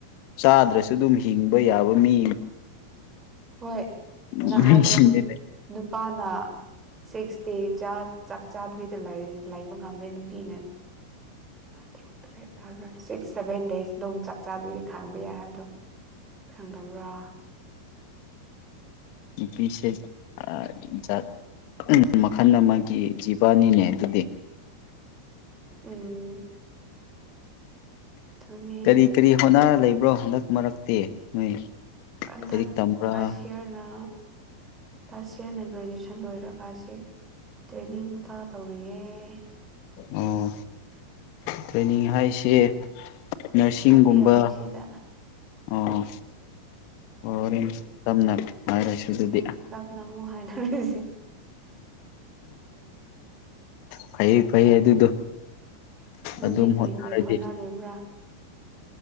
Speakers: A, on the left (about 45°); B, on the right (about 20°).
A: ꯆꯥꯗ꯭ꯔꯁꯨ ꯑꯗꯨꯝ ꯍꯤꯡꯕ ꯌꯥꯕ ꯃꯤ
B: ꯍꯣꯏ
A: ꯃꯤꯁꯤꯡꯅꯤꯅꯦ
B: ꯅ ꯍꯥꯏꯗ꯭ꯔꯣ ꯅꯨꯄꯥꯅ ꯁꯤꯛꯁ ꯗꯦ ꯆꯥꯛ ꯆꯥꯗꯕꯤꯗ ꯂꯥꯏꯕ ꯉꯝꯃꯦ ꯅꯨꯄꯤꯅꯥ ꯇꯔꯨꯛꯇ꯭ꯔꯦ ꯍꯥꯏꯕ꯭ꯔꯥ ꯁꯤ ꯁꯚꯦꯟ ꯗꯦꯖ ꯑꯗꯨꯝ ꯆꯥꯛ ꯆꯥꯗꯒꯤꯗꯤ ꯈꯥꯡꯕ ꯌꯥꯏ ꯍꯥꯏꯕꯗꯣ ꯈꯥꯡꯗꯝꯕ꯭ꯔꯣ
A: ꯄꯁꯦ ꯑ ꯆꯥꯛ ꯃꯈꯜ ꯑꯃꯒꯤ ꯖꯤꯕꯥꯅꯤꯅꯦ ꯑꯗꯨꯗꯤ
B: ꯎꯝ ꯑꯗꯨꯅꯦ
A: ꯀꯔꯤ ꯀꯔꯤ ꯍꯣꯠꯅꯔ ꯂꯩꯕ꯭ꯔꯣ ꯍꯟꯗꯛ ꯃꯔꯛꯇꯤ ꯅꯣꯏ
B: ꯑꯗ
A: ꯂꯥꯏꯔꯤꯛ ꯇꯝꯕ꯭ꯔꯥ
B: ꯁꯌꯅ ꯐꯥꯁ ꯏꯌꯥꯔꯅ ꯒ꯭ꯔꯦꯖꯨꯋꯦꯁꯟ ꯂꯣꯏꯔꯒ ꯇ꯭ꯔꯦꯅꯤꯡ ꯇꯧꯔꯤꯌꯦꯦ
A: ꯑꯣ ꯇ꯭ꯔꯦꯅꯤꯡ ꯍꯥꯏꯁꯦ ꯅꯔꯁꯤꯡꯒꯨꯝꯕ
B: ꯍꯥꯏꯕ ꯌꯥꯗꯦ ꯁꯤꯗ
A: ꯑꯣ ꯑꯣ
B: ꯑꯗꯨꯒꯤ
A: ꯇꯝꯅ ꯍꯥꯏꯔꯁꯤ ꯑꯗꯨꯗꯤ
B: ꯎꯝ ꯇꯥꯞꯅ ꯃꯨ ꯍꯥꯏꯅꯔꯁꯤ
A: ꯐ ꯐꯩ ꯑꯗꯨꯗ
B: ꯅꯪꯗꯤ
A: ꯑꯗꯨꯝ
B: ꯀꯔꯤ
A: ꯍꯣꯠꯅꯔꯗꯤ
B: ꯀꯔꯤ ꯍꯣꯠꯅꯔꯤꯕ꯭ꯔꯥ